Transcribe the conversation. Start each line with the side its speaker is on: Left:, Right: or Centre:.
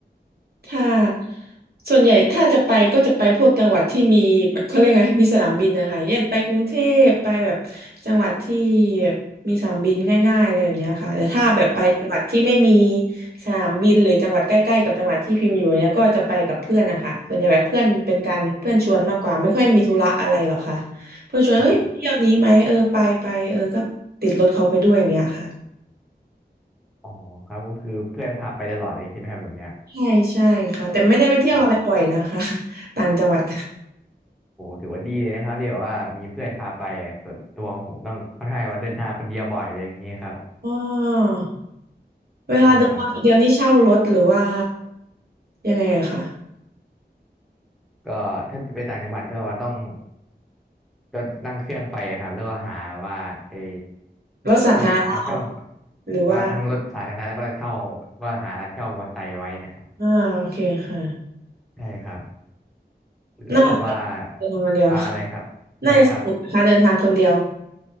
Right: ถ้าส่วนใหญ่ถ้าจะไปก็จะไปพวกจังหวัดที่มีแบบเขาเรียกไงมีสนามบินนะคะอย่างเช่นไปกรุงเทพไปแบบจังหวัดที่แบบมีสนามบินง่ายๆอะไรแบบเนี้ยค่ะแต่ถ้าแบบไปจังหวัดที่ไม่มี
Centre: อ๋อ
Right: สนามบินหรือจังหวัดใกล้ๆกับจังหวัดที่พิมพ์อยู่เนี้ยก็จะไปกับเพื่อนนะคะส่วนใหญ่แบบเพื่อนเป็นการเพื่อนชวนมากกว่าไม่ค่อยมีธุระอะไรหรอกค่ะเพื่อนชวนเฮ้ยเที่ยวนี้ไหมเออไปไปเออก็ติดรถเขาไปด้วยอย่างเงี้ยค่ะ
Centre: อ๋ออ๋อครับก็คือเพื่อนพาไปตลอดเลยใช่ไหมครับแบบเนี้ย
Right: ใช่ใช่ค่ะแต่ไม่ได้ไปเที่ยวอะไรบ่อยนะคะ
Centre: โอ้โห
Right: <laughs> ต่างจังหวัด
Centre: ถือว่าดีเลยนะครับที่แบบว่ามีเพื่อนพาไปอะส่วนตัวของผมต้องค่อนข้างว่าเดินทางคนเดียวบ่อยอะไรอย่างเงี้ยครับ
Right: อ๋อเวลาเดินทางคนเดียวนี่เช่ารถหรือว่า
Centre: ใช่ครับ
Right: ยังไงอะคะ
Centre: ก็ถ้าไปต่างจังหวัดก็ว่าต้อง ก็นั่งเครื่องไปครับแล้วก็หาว่าเออ
Right: รถสาธารณะ
Centre: ที่ร้านเช่า
Right: หรือว่า
Centre: ก็ทั้งรถสาธารณะแล้วก็เช่าก็หาร้านเช่ามอเตอร์ไซค์ไว้นะครับ
Right: อ่าโอเคค่ะ
Centre: ใช่ครับแล้วแบบว่า
Right: น่าจะเดินทางคนเดียว
Centre: อ่าอะไรครับอะไรนะครับ
Right: <laughs> น่าจะสนุกนะคะเดินทางคนเดียว